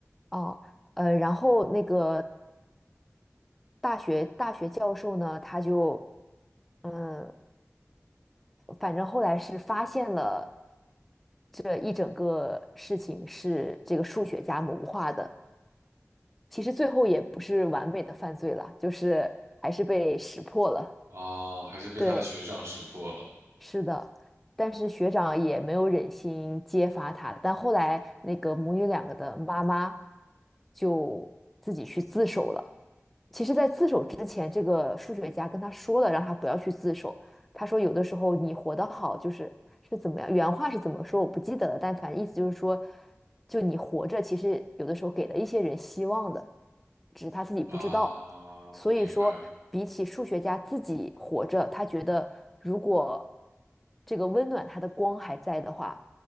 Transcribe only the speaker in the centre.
哦。呃，然后那个大学大学教授呢，他就。嗯，反正后来是发现了这一整个事情是这个数学家谋划的。其实最后也不是完美的犯罪了，就是还是被识破了。
对，是的，但是学长也没有忍心揭发他，但后来那个母女两个的妈妈就自己去自首了。其实，在自首之前，这个数学家跟他说了，让他不要去自首。他说，有的时候你活得好，就是是怎么样，原话是怎么说我不记得了，但反正意思就是说，就你活着，其实有的时候给了一些人希望的，只是他自己不知道。
所以说，
比起数学家自己活着，他觉得如果这个温暖他的光还在的话，